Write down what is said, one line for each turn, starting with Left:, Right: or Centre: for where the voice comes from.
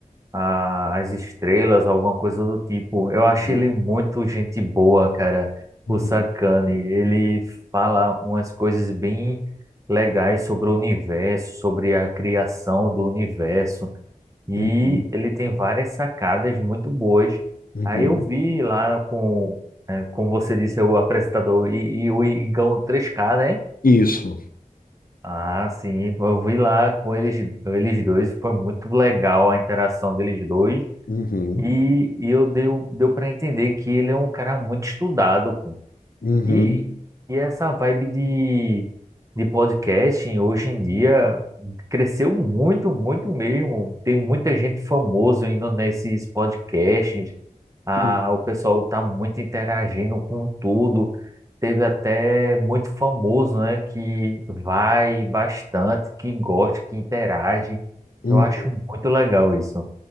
Right: a- as estrelas, alguma coisa do tipo. Eu
Left: Uhum,
Right: achei ele muito gente boa, cara.
Left: uhum,
Right: O Sakane, ele fala umas coisas bem legais sobre o universo, sobre a criação do universo, e
Left: uhum,
Right: ele tem várias sacadas muito boas.
Left: uhum.
Right: Aí eu vi lá com, é, como você disse, o apresentador e, e o Igão 3K, né?
Left: Isso.
Right: Ah, sim, eu vi lá com eles, eles dois, foi muito legal a interação deles dois.
Left: Uhum,
Right: E, e eu deu, deu para entender que ele é um cara muito estudado, pô.
Left: uhum,
Right: E, e essa vibe de, de podcasting hoje em dia cresceu muito, muito mesmo. Tem muita gente famosa indo nesses podcasts. Ah,
Left: uhum,
Right: o pessoal tá muito interagindo com tudo. Teve até muito famoso, né, que vai bastante, que gosta, que interage.
Left: uhum.
Right: Eu acho muito legal isso.